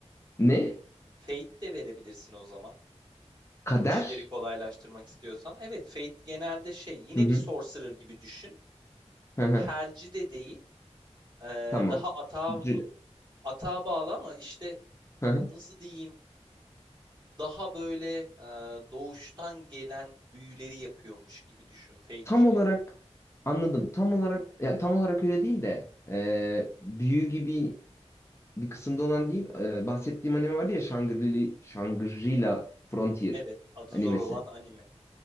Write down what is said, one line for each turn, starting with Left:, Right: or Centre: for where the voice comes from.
Left: Ne?
Right: Fate de verebilirsin o zaman.
Left: Kader?
Right: İşleri kolaylaştırmak istiyorsan. Evet, fate genelde şey yine
Left: Hı hı.
Right: bir sorcerer gibi düşün.
Left: Hı hı.
Right: Helci de değil. ee,
Left: Tamam.
Right: daha atağa,
Left: C-
Right: atağa bağlı ama işte
Left: Hı hı.
Right: nasıl diyeyim Daha böyle, eee, doğuştan gelen büyüleri yapıyormuş gibi düşün Fate'çilerin.
Left: Tam olarak anladım. Tam olarak ya tam olarak öyle değil de e, büyü gibi bir kısımda olan değil. E, bahsettiğim anime vardı ya Shangri-Li, Shangri-La Frontier
Right: Evet, adı
Left: animesi.
Right: zor olan anime